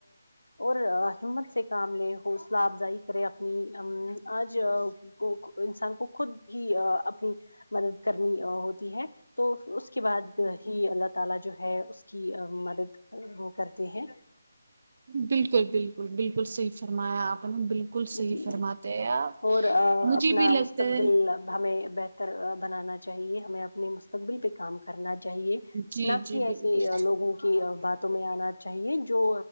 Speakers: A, on the left; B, on the right.
A: اور ہمت سے کام لیں حوصلہ افزائی کرے اپنی آج انسان کو خود ہی اپنی مدد کرنی ہوتی ہے تو اس کے بعد ہی اللہ تعالی جو ہے اس کی مدد وہ کرتے ہیں
B: بالکل بالکل بالکل صحیح فرمایا آپ نے بالکل صحیح
A: جی
B: فرماتے ہیں آپ
A: اور اپنا
B: مجھے بھی لگتا
A: مستقبل
B: ہے
A: ہمیں بہتر بنانا چاہیے ہمیں اپنے مستقبل پہ کام کرنا چاہیے
B: جی
A: نہ کہ
B: جی
A: ایسی
B: بالکل
A: لوگوں کی باتوں میں آنا چاہیے جو